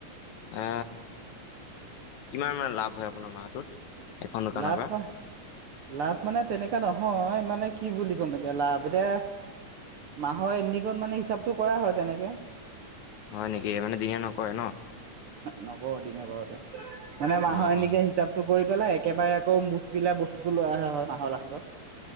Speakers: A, on the left; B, on the right.
A: এ, কিমান মান লাভ হয় আপোনাৰ মাহটোত? এখন দোকানৰ
B: লাভ
A: পৰা
B: - লাভ মানে তেনেককা নহয় মানে কি বুলি ক'ম এতিয়া লাভ, এতিয়া মাহৰ এণ্ডিঙত মানে হিচাপটো কৰা হয় তেনেকে
A: হয় নেকি, মানে দিনে নকৰে ন?
B: নকৰোঁ দিনে বাৰতে, মানে মাহৰ
A: অঁ
B: এণ্ডিঙে
A: অঁ
B: হিচাপটো কৰি পেলাই একেবাৰে আকৌ মুঠ বিলা বস্তুটো লৈ অহা হয়, মাহৰ লাষ্টত।